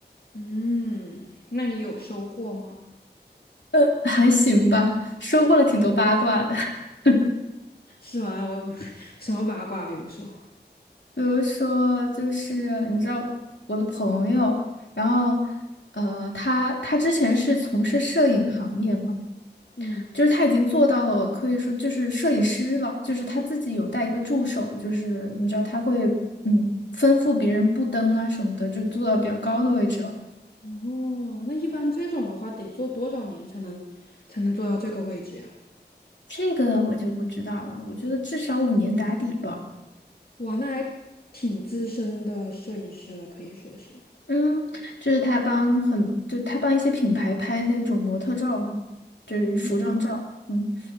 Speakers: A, on the left; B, on the left.
A: 嗯，那你有收获吗？
B: 呃，还行吧，收获了挺多八卦的。<laughs>
A: 是吗？我我 <laughs> 什么八卦？比如说，
B: 比如说，就是你知道我的朋友，然后呃，他他之前是从事摄影行业嘛。
A: 嗯，
B: 就是他已经做到了，可以说就是摄影师了，就是他自己有带一个助手，就是你知道他会嗯吩咐别人布灯啊什么的，就做到比较高的位置了。
A: 哦，那一般这种的话，得做多少年才能才能做到这个位置呀？
B: 这个我就不知道了，我觉得至少五年打底吧。
A: 哇，那还挺资深的摄影师了，可以说是。
B: 嗯，就是他帮很，就他帮一些品牌拍那种模特照嘛，就是服装照。
A: 嗯，嗯，
B: 嗯，